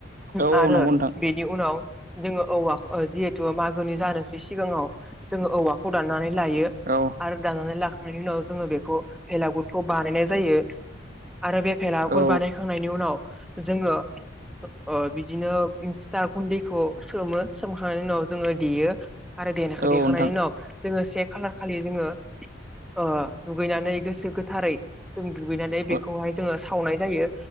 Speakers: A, on the right; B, in the centre.
A: औ
B: आरो
A: औ नंगौ नोंथां।
B: बेनि उनाव जोङो जिहेथु मागोनि जानोसै सिगाङाव जोङो औवाखौ दाननानै। लायो
A: औ
B: आरो दानानै लाखांनायनि उनाव जोङो बेखौ बेलागुर खौ बानायनाय जायो आरो बे बेलागुर
A: औ
B: बानायखांनायनि उनाव जोङो ओ बिदिनो फिथा गुन्दैखौ सोमो सोमखांनायनि उनाव जोङो देयो आरो देनाखौ
A: औ
B: देखांनायनि
A: नोंथां
B: उनाव जोङो से खालार खालि जोङो ओ दुगैनानै गोसो गो थारै जों दुगैनानै
A: औ
B: बेखौहाय जोङो सावनाय जायो